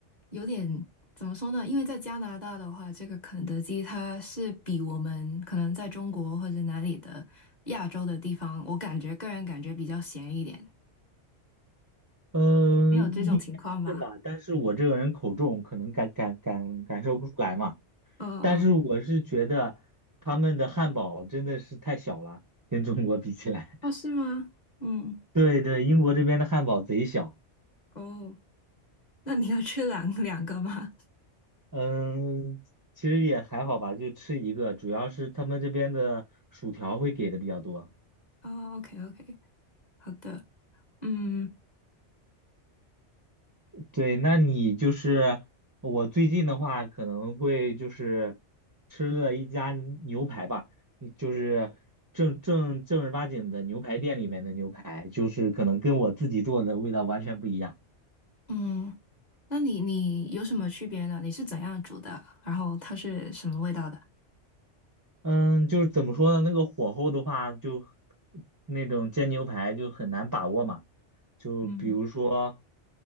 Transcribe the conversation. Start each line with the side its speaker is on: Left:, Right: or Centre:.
Left: 有点怎么说呢？因为在加拿大的话，这个肯德基它是比我们可能在中国或者哪里的亚洲的地方，我感觉个人感觉比较咸一点。
Right: 嗯，
Left: 你有这种情况吗？
Right: 应该是吧，但是我这个人口重，可能感感感感受不出来嘛。
Left: 嗯嗯，
Right: 但是我是觉得他们的汉堡真的是太小了，跟中国比起来。
Left: 哦，
Right: <laughs>
Left: 是吗？嗯，
Right: 对对，英国这边的汉堡贼小。
Left: 哦，那你要吃两两个吗？
Right: 嗯，其实也还好吧，就吃一个，主要是他们这边的薯条会给的比较多。
Left: 哦，OK OK，好的，嗯。
Right: 对，那你就是我最近的话，可能会就是吃了一家牛排吧，就是正正正儿八经的牛排店里面的牛排，就是可能跟我自己做的味道完全不一样。
Left: 嗯，那你你有什么区别呢？你是怎样煮的？然后它是什么味道的？
Right: 嗯，就是怎么说呢？那个火候的话，就那种煎牛排就很难把握嘛。就比如说，
Left: 嗯